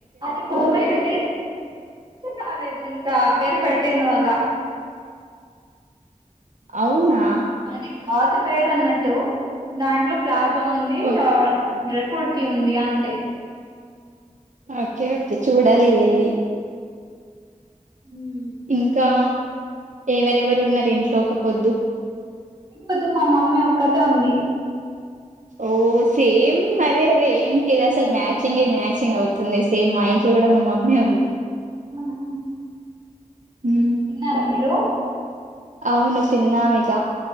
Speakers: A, on the right; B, on the right.
A: అది మూవీ లిటిల్ మంచి కాలేదు ఇంకా పేరు పెట్టను అలా
B: అవునా
A: అది క్లాతుప్ పేరు అన్నట్టు దాంట్లో ప్లాజ్ తుంది
B: ఓ-
A: ష డ్రిప్ కుర్తి ఉంది అంతే
B: అకే చూడాలి వెళ్ళి
A: మ్మ్.
B: ఇంకా ఎవరెవరు ఉన్నారు ఇంట్లో ఒక వద్దు
A: వద్దు మా మమ్మీ ఒక్కతే ఉంది
B: ఓ సేమ్ అదే అదే ఏంటిది అసలు మ్యాచింగే మ్యాచింగ్ అవుతుంది సేమ్ మా ఇంట్లో కూడా మా మమ్మినే ఉంది
A: అవును
B: ఉమ్.
A: తిన్నారా మీరు
B: అవును తిన్నాం ఇగ